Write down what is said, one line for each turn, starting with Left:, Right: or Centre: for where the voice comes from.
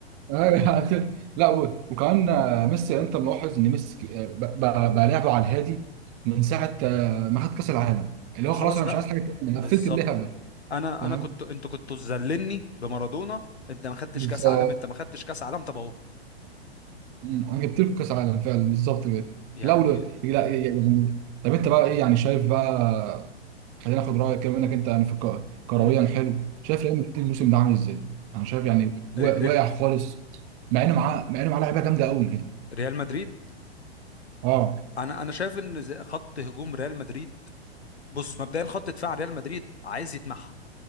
Right: آه، لا و- وكمان آه، ميسي يعني انت ملاحظ ان ميسي آه، بقى بقى لعبه على الهادي من ساعه آه، ما خد كاس العالم اللي
Left: ما
Right: هو
Left: خلاص
Right: خلاص انا
Left: بقى
Right: مش عايز حاجه تاني انا
Left: بالظبط
Right: قفلت اللعبه
Left: انا
Right: فاهم
Left: انا كنت انتوا كنتوا تذللني بمارادونا انت ما خدتش
Right: بالظبط
Left: كاس عالم انت ما خدتش كاس عالم طب اهو
Right: مم، انا جبت لكم كاس عالم فعلا بالظبط كده
Left: يعني
Right: لا ول- لا يعني طب انت بقى ايه يعني شايف بقى خلينا ناخد رايك كمان انك انت يعني في الك- كرويا
Left: امم
Right: حلو شايف ريال مدريد الموسم ده عامل ازاي؟ انا شايف يعني وا-
Left: ري... ري...
Right: واقع خالص مع انه معاه مع انه معاه لعيبه جامده قوي يعني
Left: ريال مدريد
Right: اه
Left: انا انا شايف ان زي- خط هجوم ريال مدريد بص مبدئيا خط دفاع ريال مدريد عايز يتمحى